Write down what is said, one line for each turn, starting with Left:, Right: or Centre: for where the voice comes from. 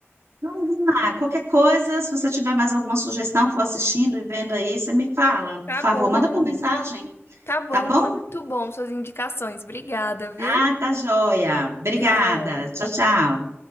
Right: Então, vamos lá, qualquer coisa, se você tiver mais alguma sugestão, for assistindo e vendo aí, você me fala.
Left: Tá
Right: Por favor,
Left: bom.
Right: manda por mensagem,
Left: Tá bom.
Right: tá bom?
Left: Foi Muito bom suas indicações. Obrigada, viu?
Right: Ah, tá joia. Obrigada.
Left: tchau.
Right: Tchau, tchau.